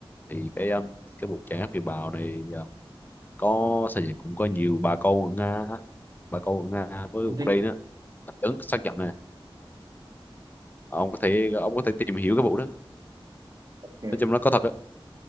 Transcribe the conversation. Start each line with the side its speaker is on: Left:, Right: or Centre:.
Left: thì cái um, cái vụ tràn áp kiều bào này uh, có sao nhỉ cũng có nhiều bà con ở Nga á. bà con ở Nga với
Right: không
Left: Ukraine
Right: thích
Left: á ứng xác nhận nè ông có thể ông có thể tìm hiểu cái vụ đó
Right: ok
Left: nói chung nó có thật á